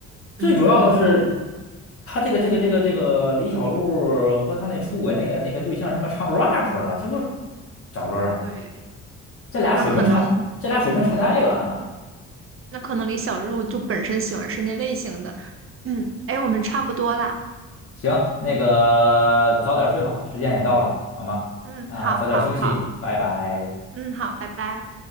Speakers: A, on the left; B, on the right.
A: 最主要的是，
B: 嗯，
A: 她这个这个这个这个李小璐和她那出轨那个那个对象什么唱 rap 的，这不是找乐儿吗？
B: 对，
A: 这俩水平差，
B: 那可能
A: 这俩水平差太远了。
B: 那可能李小璐就本身喜欢是那类型的，嗯，哎，我们差不多啦，
A: 行，那个早点睡吧，时间也到了，好吗？
B: 嗯，
A: 啊，
B: 好好好，
A: 早点休息，拜拜。
B: 嗯，好，拜拜。